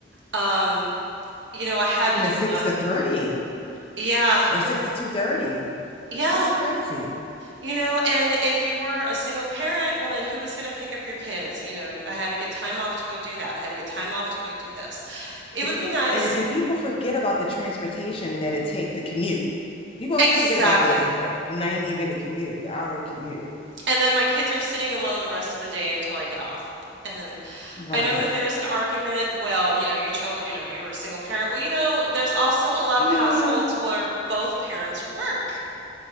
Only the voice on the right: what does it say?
Um, you know, I had
to do
a lot
of,
yeah,
yeah,
you know, and if you were a single parent, well, then who was going to pick up your kids? You know, I had to get time off to go do that. I had to get time off to go do this. It
would be nice.
Exactly.
And then my kids are sitting alone the rest of the day until I get off. And
I know that there's an argument, well, you know, you chose, you know, you're a single parent. Well, you know, there's also a lot
of households where both parents work.